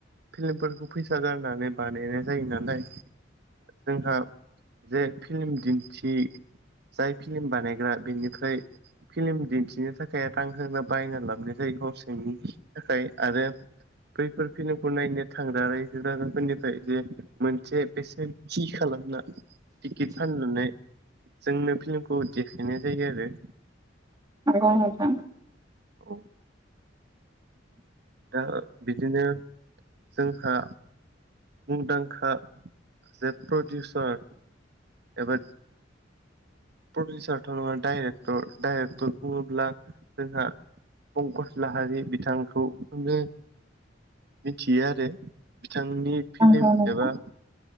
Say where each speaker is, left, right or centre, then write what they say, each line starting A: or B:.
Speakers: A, on the right; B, on the right.
A: फिल्मफोरखौ फैसा गारनानै बानायनाय जायो नालाय जोंहा जे फिल्म दिन्थि जाय फिल्म बानायग्रा बेनिफ्राय फिल्म दिन्थिनो थाखाय रां होनो बायना लाबोनाय जायो गावनि थाखाय आरो बैफोर फिल्मखौ नायनो थांग्रा रायजो राजाफोरनि जे मोनसे बेसेन थ खालामना टिकेट फाननानै जोंनो फिल्मखौ देखायनाय जायो आरो
B: औथ
A: औ दा बिदिनो जोंहा मुंदांखा जे प्रडिउसार एबा प्रडिउसार थ' नङा डाइरेक्टर डाइरेक्टर बुङोब्ला जोंहा पंकस लाहारि बिथांखौ जनो मिथियो आरो बिथांनि फिल्म
B: नंगौ नोंथां
A: एबा